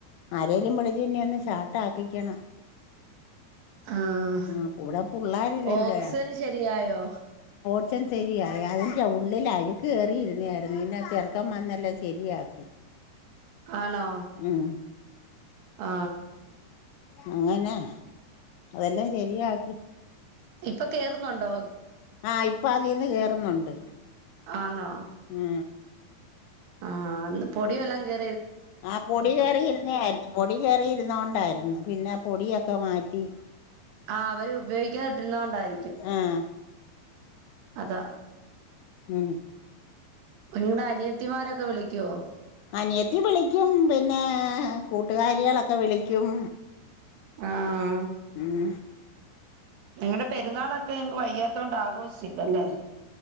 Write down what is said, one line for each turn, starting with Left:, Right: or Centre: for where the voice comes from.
Left: ആരേലും വിളിച്ചിനി ഒന്ന് ഷാർട്ട് ആക്കിക്കണം
Right: ആഹ
Left: ആഹ് ഇവിടെ പുള്ളാരില്ലല്ലോ
Right: ഓക്സൺ ശരിയായോ
Left: ഒക്സാജൻ സെരിയായി അതിന്റെ ഉള്ളിൽ അഴുക്ക് കേയറിയിരുന്നായിരുന്നു പിന്നെ ചെറുക്കൻ വന്നെല്ലാം ശരിയാക്കി
Right: ആണോ
Left: ഉം
Right: ആ
Left: അങ്ങനെ അതെല്ലാം ശരിയാക്കി
Right: ഇപ്പ കേറുന്നൊണ്ടോ
Left: ആ ഇപ്പ അതിന്ന് കേറുന്നൊണ്ട്
Right: ആന്നോ
Left: അആ
Right: ആഹ് അന്ന് പൊടി വെല്ലോം കേ
Left: ആ പൊടി കേറി ഇരുന്നെയിരുന്ന് പൊടി കേറി ഇരുന്നോണ്ടാരുന്ന് പിന്നെ പൊടിയെ ക്കെ മാറ്റി.
Right: ആ അവര് ഉപയോഗിക്കാതിട്ടിരുന്നോണ്ടായിരിക്കും.
Left: ആഹ്
Right: അതാ
Left: മ്
Right: നിങ്ങടെ അനിയത്തിമാരൊക്കെ വിളിക്കുവോ
Left: അനിയത്തി വിളിക്കും പിന്നെ ഏ കൂട്ടുകാരികളൊക്കെ വിളിക്കും
Right: ആ
Left: മ്
Right: നിങ്ങളടെ പെരുന്നാളൊക്കെ ങ്ങക്ക് വയ്യാത്തൊണ്ട് ആഘോഷില്ലല്ലേ